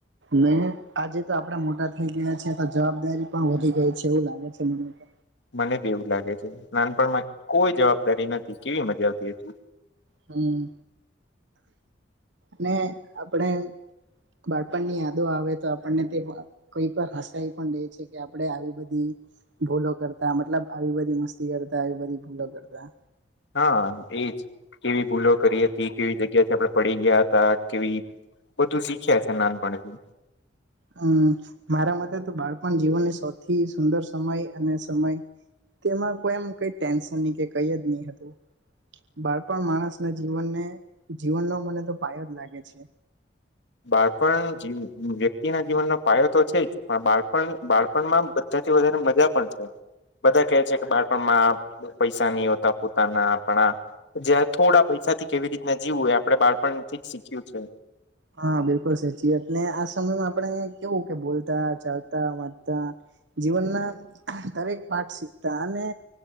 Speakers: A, on the right (about 70°); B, on the left (about 70°).
A: નહી આજે તો આપડાે મોટા થઇ ગયા છે તો જવાબદારી પણ વધી ગઈ છે એવું લાગે છે મને તો
B: મને બી એવું લાગે છે નાનપણમાં કોઈ જવાબદારી નથી કેવી મજા આવતી હતી
A: હમ અને આપણેે બાળપણ ની યાદો આવે તો આપણને તે કઈક વાર હસાવી પણ દે છે કે આપડે આવી બધી ભૂલો કરતા મતલબ આવી બધી મસ્તી કરતા આવી બધી ભૂલો કરતા
B: હા એજ કેવી ભૂલો કરી હતી કેવી જગ્યાથી આપણે પડી ગયા હતા કેવી બધું શીખ્યા છે નાનપણથી
A: હમ મારા મતે તો બાળપણ જીવનની સૌથી સુંદર સમય અને સમય તેમાં કોઈમ ટેન્ન નહી હતું બાળપણ માણસના જીવનને જીવનનો મને તો પાય જ લાગે છે
B: બાળપણ વ્યક્તિ ના જીવનનો પાયો તો છે જ પણ બાળપણ બાળપણમાં બધા થી વધારે મજા પણ છે બધા કેહે છે કે બાળપણમાં પૈસા નહી હોતા પોતાના આપણા જ થોડા પૈસા થી કેવી રીતના જીવું હોય આપડણે બાળપણથી જ શીખ્યું છે
A: હા બિલકુલ સાચી વાત ને આ સમયમાં આપણે કેવું કે બોલતા ચાલતા વાતા જીવનના દરેક પાઠ શીખતા અને